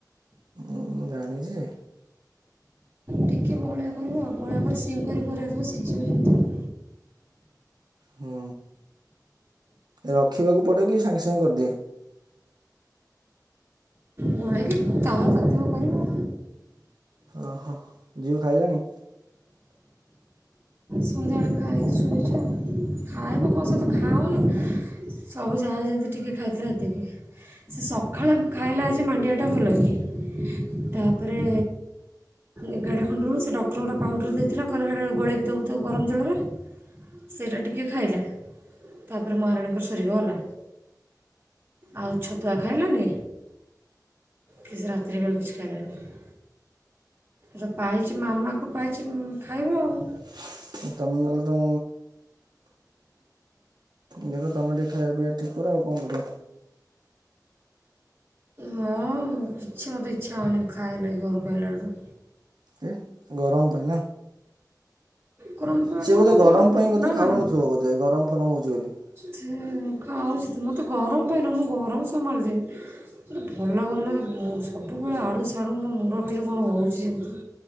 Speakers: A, on the right; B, on the right.
A: ହୁଁ, ମୁଁ ଜାଣିଚି ଯେ
B: ଟିକିଏ ବହଳିଆ କରିବ ଆଉ ବହଳିଆ କରି ସିମ୍ କରି ଘୋରେଇ ଦବ ସିଜିବ ଯେମିତି।
A: ହଁ। ରଖିବାକୁ ପଡ଼େ କି ସାଙ୍ଗେ ସାଙ୍ଗେ କରିଦିଏ?
B: ଗୋଳେଇକି ତାୱା ତାତିବ କରିବ।
A: ଓହୋ- ଝିଅ ଖାଇଲାଣି?
B: ସନ୍ଧ୍ୟାବେଳେ ଖାଇକି ଶୋଇଚି ଆଉ ଖାଇବ କଣ ସେ ତ ଖାଉନି। ସବୁ ଯାହା ଯେମତି ଟିକେ ଖାଇଥିଲେ ହେତିକି। ସେ ସଖାଳେ ଖାଇଲା ଆଜି ମାଣ୍ଡିଆଟା ଭଲ କି ତା ପରେ ଏଗାର୍ ଟା ଖଣ୍ଡରୁ ସେ ଡକ୍ଟର ଗୋଟେ ପାଉଡର୍ ଦେଇଥିଲା କହିଲା ହେଡ଼ା ଗୋଳେଇକି ଦବୁ <unintelligible> ଗରମ୍ ଜଳରେ। ସେଇଟା ଟିକେ ଖାଇଲା ତାପରେ ମହାରାଣୀଙ୍କର ସରିଗଲା। ଆଉ ଛତୁଆ ଖାଇଲାନି କି ସେ ରାତିରେ ବି ଆଉ କିଛି ଖାଇଲାଣି। ସେ ପାଇଚି ମାମାକୁ ପାଇଚି ଉଁ -ଖାଇବ ଆଉ।
A: <unintelligible> ତମୁକୁ ଦେଖ ତମେ ଟିକେ ଖାଇବା ପିଇବା ଠିକ୍ କର ଆଉ କଣ କରିବ।
B: ହଁ କିଛି ମୋତେ ଇଚ୍ଛା ହଉନି ଖାଇବା ଲାଗି ଘରୁକୁ ଆଇଲାଠୁ।
A: ଏ ଗରମ ପାଇଁ ନା?
B: ଗରମ ପାଇନ
A: ସିଏ ବୋଧେ
B: ମୁଁ
A: ଗରମ
B: ମୋତେ
A: ପାଇଁ ବୋଧେ
B: ନା
A: ଖାଉନଥୁବ
B: ନା
A: ବୋଧେ ଗରମ ଫରମ ହଉଛି ବୋଲି।
B: ସେ ଖାଉଛି ତୁ ମୋତେ ଗରମ ପାଇଁ ନୁହଁ, ମୁଁ ଗରମ ସମ୍ଭାଳି ଦେବି। କିଛି ଭଲ ଲାଗୁନି ମାନେ ମୁଁ ସବୁବେଳେ ଆଡ଼ୁ ସାଡ଼ୁ ମୋ ମୁଣ୍ଡ ଖାଲି କଣ ହଉଛି ଯେମିତି